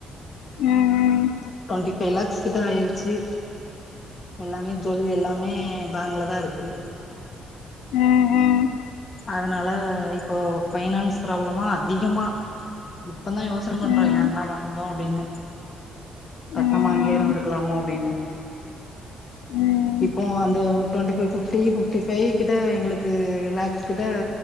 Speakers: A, on the left (about 85°); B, on the left (about 35°).
A: ம் ம்
B: இப்ப ஃபை லாக்ஸ் கிட்ட ஆயிருச்சி எல்லாமே ஜொல் எல்லாமே பேங்ல தா இருக்கு
A: ம் ம்
B: அதனால இப்போ பைனான்ஸ் ப்ராப்ளமா அதிகமா இப்பதா யோசன பண்றோ
A: ம்
B: ஏந்தா வந்தோ அப்டின்னு பேசாம
A: ம்
B: அங்கயே இருந்திருக்கலாமோ அப்டின்னு
A: ம்
B: இப்போவ் வந்து twenty five fifty D five கிட்ட எங்ளுக்கு லேக்ஸ் கிட்ட